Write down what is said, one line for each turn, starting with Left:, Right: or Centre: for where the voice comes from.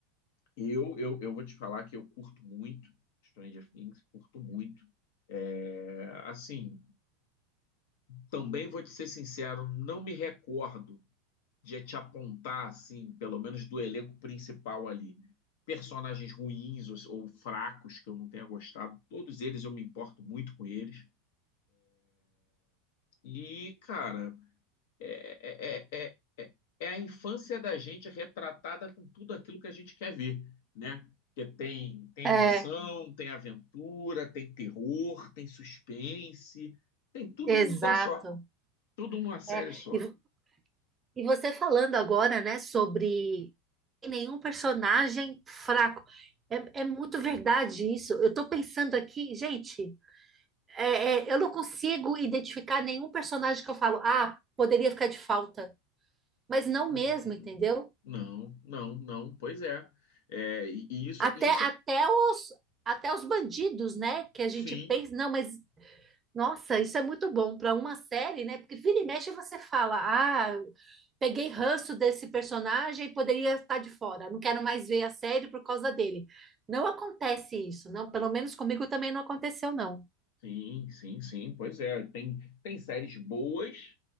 Left: eu, eu, eu vou te falar que eu curto muito Stranger Things, curto muito. É, assim, também vou te ser sincero, não me recordo de te apontar, assim, pelo menos do elenco principal ali, personagens ruins ou, ou fracos que eu não tenha gostado. Todos eles eu me importo muito com eles. E, cara, é, é, é, é, é é a infância da gente retratada com tudo aquilo que a gente quer ver, né? Porque tem, tem
Right: É,
Left: emoção, tem aventura, tem terror, tem suspense, tem tudo
Right: exato.
Left: num lugar só, tudo numa série
Right: É.
Left: só.
Right: E, vo- e você falando agora, né, sobre nenhum personagem fraco. É, é muito verdade isso. Eu tô pensando aqui, gente, é- é, eu não consigo identificar nenhum personagem que eu falo, ah, poderia ficar de falta. Mas não
Left: Hum,
Right: mesmo,
Left: hum.
Right: entendeu?
Left: Não, não, não, pois é. É, e, e isso,
Right: Até,
Left: e isso,
Right: até os, até os bandidos, né? Que a gente
Left: sim,
Right: pensa, não, mas nossa, isso é muito bom para uma série, né? Porque vira e mexe você fala, ah, peguei ranço desse personagem poderia estar de fora, não quero mais ver a série por causa dele. Não acontece isso, não, pelo menos comigo também não aconteceu, não.
Left: Sim, sim, sim, pois é. Tem, tem séries boas,